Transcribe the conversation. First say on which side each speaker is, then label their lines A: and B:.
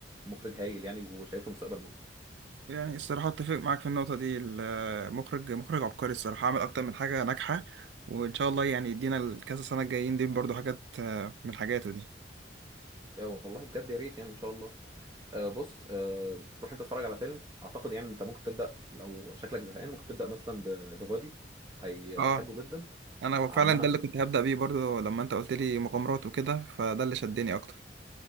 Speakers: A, on the right (about 20°); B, on the right (about 70°).
A: مخرج هايل يعني وشايف له مستقبل مبهر
B: يعني الصراحة اتفق معاك في النقطة دي المخرج مخرج عبقري الصراحة عمل أكتر من حاجة ناجحة وإن شاء الله يعني يدينا الكذا سنة الجايين دي برضو حاجات آه، من حاجاته دي
A: آه، والله بجد يا ريت يعني ان شاء الله آه، بص آه، روح انت اتفرج على فيلم اعتقد يعني انت ممكن تبدا لو شكلك زهقان ممكن تبدا مثلا بذا بادي هي
B: اه
A: هتحبه جدا
B: أنا
A: عمنا
B: فعلا ده اللي كنت هبدأ بيه برضو لما أنت قلت لي مغامرات وكده فده اللي شدني أكتر